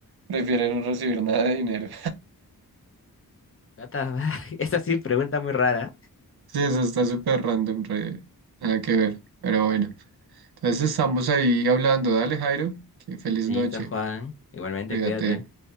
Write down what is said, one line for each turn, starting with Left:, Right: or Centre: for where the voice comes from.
Right: prefieren no recibir nada de dinero.
Left: What the fuck? <laughs> Esa sí pregunta muy rara.
Right: Sí, eso está súper random, re- nada que ver. Pero bueno, entonces estamos ahí hablando. Dale, Jairo, que feliz
Left: Listo,
Right: noche.
Left: Juan. Igualmente,
Right: Cuídate.
Left: cuídate.